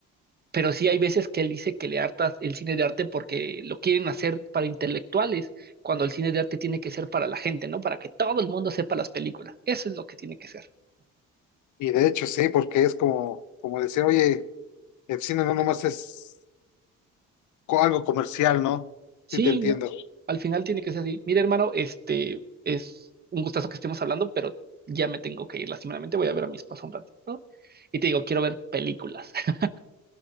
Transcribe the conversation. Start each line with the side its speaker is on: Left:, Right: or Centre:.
Right: pero sí hay veces que él dice que le harta el cine de arte porque lo quieren hacer para intelectuales, cuando el cine de arte tiene que ser para la gente, ¿no? Para que todo el mundo sepa las películas. Eso es lo que tiene que ser.
Left: Y de hecho sí, porque es como, como decir, oye, el cine no nomás es co- algo comercial, ¿no?
Right: Sí,
Left: Sí, te entiendo.
Right: ¿no? Al final tiene que ser así. Mira, hermano, este es un gustazo que estemos hablando, pero ya me tengo que ir, lastimeramente. Voy a ver a mi esposa un ratito, ¿no? Y te digo, quiero ver películas. <laughs>